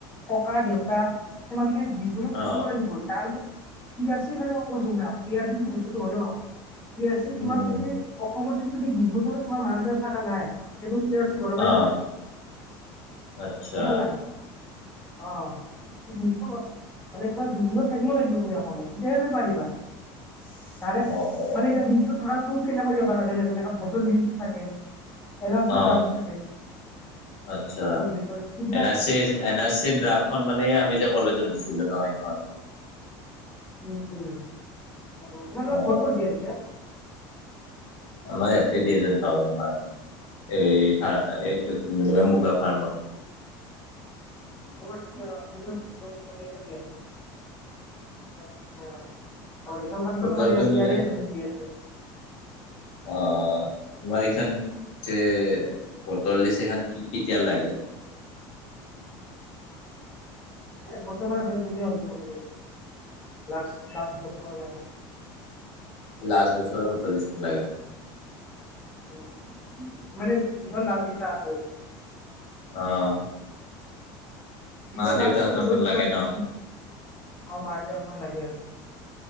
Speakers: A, on the left; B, on the left.
A: ককা, দেউতা, সেই মাটিখিনি দিজ দুচত
B: অ
A: থাকিব লাগিব তাৰ পিছত, পি আৰ চি মানে মই কৈছো শুনা। পি আৰ চি যিটো বস্তুটো হ'ল ন প আৰ চি
B: উম
A: তোমাৰ
B: উম
A: যদি অসমত যদি তুমি বিশ বছ তোমাৰ মা দেউতা থকা নাই তুমি পি আৰ চি বনাবৈ
B: অ
A: নোৱাৰা।
B: আচ্ছা
A: বুজি পালা? অ'। <unintelligible> মানে তোমাৰ বিছ বছৰ থাকিব লাগিব তুমি অসমত। তেতিয়াহে তুমি পাৰিবা। <unintelligible>
B: অ অ
A: মানে এতিয়া <unintelligible> থকাৰ প্ৰুফ কেনেকৈ দিব পাৰা যেনেকা ফটৌ লিষ্ট থাকে। এন আৰ
B: অ
A: চি ড্ৰাফ্ট থাকে।
B: আচ্ছা,
A: কি বুলি কয় এইবিলাক
B: এন R C N R C draft খন মানে এই আমি যে কলেজত দিছিলোঁ ন সেইখন?
A: উম, তোমালোকৰ
B: অ
A: ভোট
B: অ
A: কত দিয়া তাতে?
B: আমাৰ ইয়াতে ডিয় এ যেন পাওঁ তোমাৰ, এই এইটো কি বুলি ক মুগা ফাৰ্মত।
A: অ', আচ্ছা, <inaudible> আচ্ছা। আৰু ৰেচন কাৰ্ডত
B: ভোটৰ
A: টো তোমাৰ ইয়াৰে-ইয়াৰে
B: তুমি যে
A: এড্ৰেছ দিয়া আছে?
B: অ', তোমাৰ এইখন যে ফটৰ লিষ্ট সখন কি কেতিয়া লাগে?
A: এ এক বছৰ মানে <unintelligible> আৰু <unintelligible>
B: লাষ্ট বছৰৰ ভোটাৰ লিষ্ট খন লাগে?
A: উম, মানে যিখন লাষ্ট দিছা আৰু ভট।
B: অ'।
A: যিখন
B: দেউতাহঁতৰখন
A: লষ্ট তুমি <unintelligible> দিছা
B: লাগে ন
A: যিখন অ', মা দেউতাৰ <unintelligible> লগে আৰু।